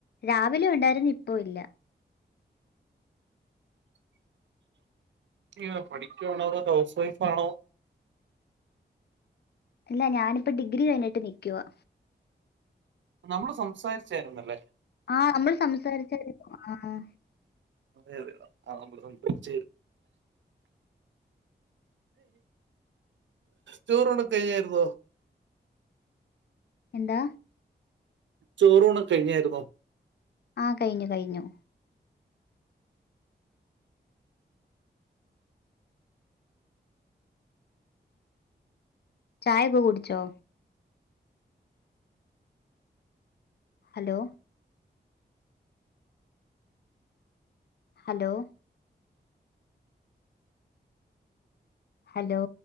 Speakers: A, on the left; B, on the right.
A: രാവിലെയ ഉണ്ടായിരുന്നു ഇപ്പ ഇല്ല
B: ഇ പഠിക്കുവാണ ഹൗസ് വൈഫ്ാണോ
A: അല്ല ഞാനിപ്പ ഡിഗ്രി കഴിഞ്ഞിട്ട് നിക്കവാ
B: നമ്മള് സംസാരിച്ചായിുന്നല്ലേ
A: ആഹ നമ്മൾ സംസാരിച്ചായിരുന്നു ആ
B: അതെ അതെയ ആ നമ്മൾ സംസാരിച്ച ചോറ്ണ കഴിഞ്ഞായിരുന്നോ
A: എന്താ
B: ചോറൂണം കഴിഞ്ഞായിരുന്നോ
A: ആഹ കഴിഞ്ഞു കഴിഞ്ഞു ചായൊക്കെ കുടിച്ചോ ഹലോ ഹലോ ഹലോ